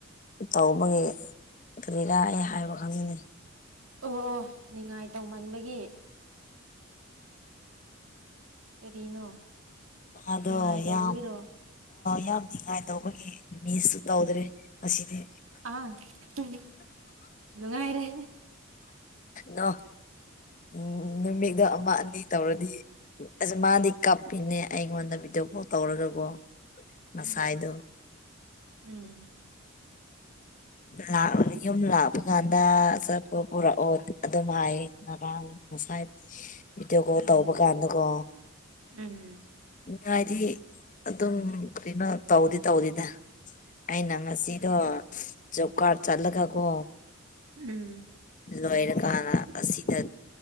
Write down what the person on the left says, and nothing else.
ꯇꯧꯕꯒꯤ ꯑꯗꯨꯒꯤꯔꯥ ꯑꯩ ꯍꯥꯏꯕ ꯈꯪꯉꯅꯤ
ꯃꯥꯗꯣ
ꯌꯥꯝ ꯌꯥꯝ ꯅꯤꯉꯥꯏ ꯇꯧꯕꯒꯤ ꯃꯤꯁꯁꯨ ꯇꯧꯗ꯭ꯔꯦ ꯑꯁꯤꯗꯤ
ꯅꯣ ꯎꯝ ꯅꯨꯃꯤꯗ ꯑꯃ ꯑꯅꯤ ꯇꯧꯔꯗꯤ ꯑꯁ ꯃꯥꯗꯤ ꯀꯞꯄꯤꯅꯦ ꯑꯩꯉꯣꯟꯗ ꯚꯤꯗ꯭ꯌꯣ ꯀꯣꯜ ꯇꯧꯔꯒꯀꯣ ꯉꯁꯥꯏꯗꯣ
ꯂꯥꯛ ꯌꯨꯝ ꯂꯥꯛꯄ ꯀꯥꯟꯗ ꯆꯠꯄ ꯄꯨꯔꯛꯑꯣ ꯑꯗꯨꯝ ꯍꯥꯏꯌꯦ ꯉꯔꯥꯡ ꯉꯁꯥꯏ ꯚꯤꯗ꯭ꯌꯣ ꯀꯣꯜ
ꯇꯧꯕ ꯀꯥꯟꯗꯀꯣ
ꯅꯤꯉꯥꯏꯗꯤ ꯑꯗꯨꯝ ꯀꯔꯤꯅꯣ ꯇꯧꯗꯤ ꯇꯧꯗꯤꯗ ꯑꯩꯅ ꯉꯁꯤꯗꯣ ꯖꯣꯕ ꯀꯥꯔꯠ ꯆꯠꯂꯒꯀꯣ
ꯂꯣꯏꯔꯀꯥꯟꯅ ꯑꯁꯤꯗ